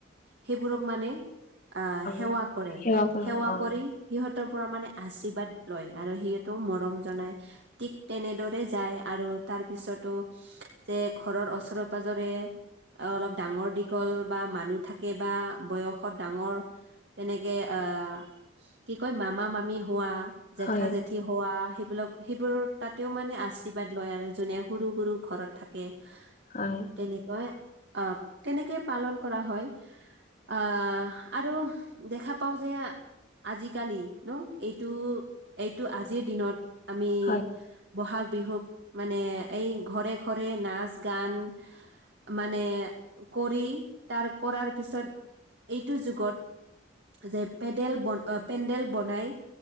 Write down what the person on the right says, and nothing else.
সেইবোৰক মানে - আঁহ'
সেৱা কৰে,
সেৱা
কৰি - সিহঁতৰ পৰা মানে আশীৰ্বাদ লয় আৰু সিহঁতেও মৰম জনাই- ঠিক তেনেদৰে যায়। আৰু তাৰ পিছতো - যে ঘৰৰ ওচৰে-পাজৰে - অ' অলপ ডাঙৰ-দীঘল বা মানুহ থাকে বা বয়সত ডাঙৰ - তেনেকে আঁহ', কি কয় মামা-মামি হোৱা জেঠা-জেঠী
- হোৱা সেইবিলাক সেইবোৰৰ তা'তেও মানে আশীৰ্বাদ লয় আৰু যোনে সৰু-সৰু ঘৰত থাকে। <inaudible>
তেনেকুৱাই, অ তেনেকে পালন কৰা হয়। আহ আৰু দেখা পাওঁ যে আজিকালি ন এইটো এইটো আজিৰ দিনত আমি
বহাগ বিহুক মানে এই ঘৰে-ঘৰে নাচ-গান মানে কৰি তাৰ কৰাৰ পিছত এইটো যুগত যে পেডেল বন অ পেন্ডেল বনাই